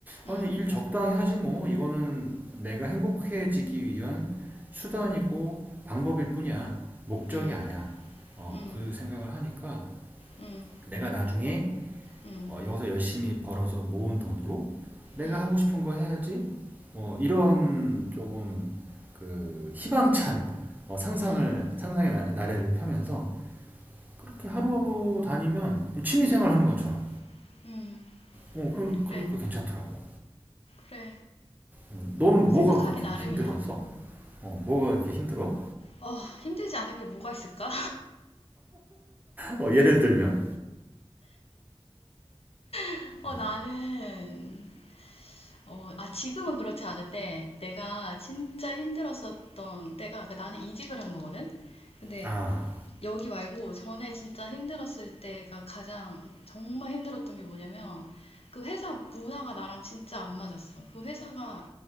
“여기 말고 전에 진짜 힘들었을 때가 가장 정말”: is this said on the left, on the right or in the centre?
Left